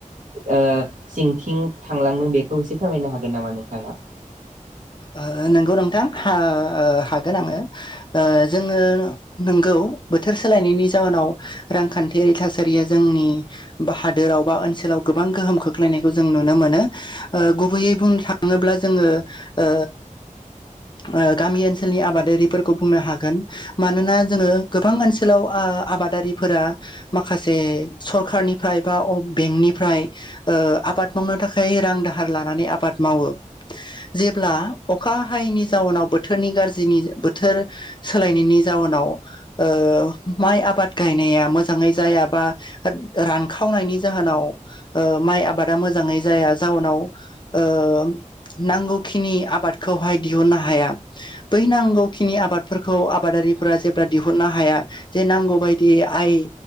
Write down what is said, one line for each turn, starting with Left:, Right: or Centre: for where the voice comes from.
Right: ओ सिंथिं थांलांदों बेखौ एसे फोरमायनो हागोन नामा नोंथाङा
Left: ओ नोंगौ नोंथां हा हागोन आङो जोङो नोंगौ बोथोर सोलायनायनि जाहोनाव रांखान्थियारि थासारिया जोंनि हादोराव बा ओनसोलाव गोबां गोहोम खोख्लैनायखौ जों नुनो मोनो गुबैयै बुंनो थाङोब्ला जोङो ओ ओ गामि ओनसोलनि आबादारिफोरखौ बुंनो हागोन मानोना जोङो गोबां ओनसोलाव ओ आबादारिफोरा माखासे सरखारनिफ्राय बा बेंकनिफ्राय आबाद मावनो थाखाय रां दाहार लानानै आबाद मावो जेब्ला अखा हायैनि जाउनाव बोथोरनि गाज्रिनि बोथोर सोलायनायनि जाउनाव ओ माइ आबाद गायनाया मोजाङै जाय बा रानखावनायनि जाह जावनाव माइ आबादा मोजाङै जाया जाहोनाव ओ नांगौ नि आबादखौहाय दिहुननो हाया बै नांगौखिनि आबादफोरखौ आबादारिफोरा जेब्ला दिहुननो हाया जे नांगौ बायदि आइ